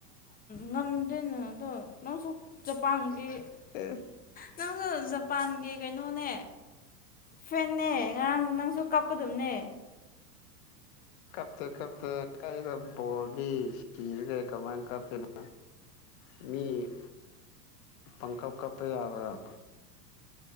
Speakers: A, on the left; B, on the left.
A: ꯉꯝꯗꯦꯅꯦ ꯑꯗꯣ ꯅꯪꯁꯨ ꯖꯄꯥꯟꯒꯤ
B: ꯑꯦ
A: ꯅꯪꯁꯨ ꯖꯄꯥꯟꯒꯤ ꯀꯩꯅꯣꯅꯦ ꯐꯦꯦ ꯉꯔꯥꯡ ꯅꯪꯁꯨ ꯀꯥꯞꯀꯗꯕꯅꯦ
B: ꯍꯥꯞ ꯀꯞꯇ ꯀꯗ ꯣꯣꯔꯕꯤ ꯁꯤꯔꯒꯦ ꯀꯃꯥꯏꯥꯡ ꯀꯞꯄꯅ ꯃꯤ ꯄꯪꯀꯞ ꯀꯄꯩ ꯌꯥꯕ꯭ꯔ